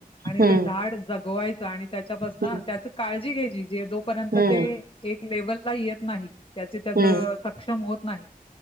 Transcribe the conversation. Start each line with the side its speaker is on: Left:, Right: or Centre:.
Left: आणि
Right: हम्म
Left: ते झाड जगवायचं आणि त्याच्यापासनं
Right: हम्म
Left: त्याचं काळजी घ्यायची जे जोपर्यंत
Right: हम्म
Left: ते एक लेवल ला येत नाही, त्याचे त्याचं
Right: हम्म
Left: सक्षम होत नाही